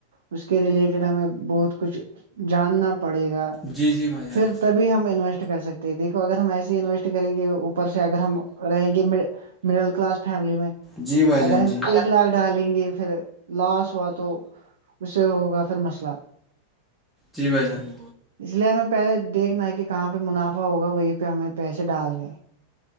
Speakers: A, on the right (about 60°); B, in the centre.
A: اس کے ریلیٹڈ ہمیں بہت کچھ جاننا پڑے گا
B: جی جی بھائی جان
A: پھر ہم انویسٹ کر سکتے ہیں دیکو اگر ہم ایسسی انویسٹ کریں گے اپر ر سے اگر ہم رہیں گے مڈل کلاس فیملی میں
B: جی بھائی جان
A: اگر ہم
B: جی
A: ایک لاکھ ڈالیں گے پھر لاس ہوا تو اس سے ہوگا پھر مسئلہ
B: جی بھائی جان
A: اس لیے ہمیں پہلے دیکھنا ہے کہاں پہ منافع ہوگا وہ یہ پہ ہمیں پیسے ڈالنے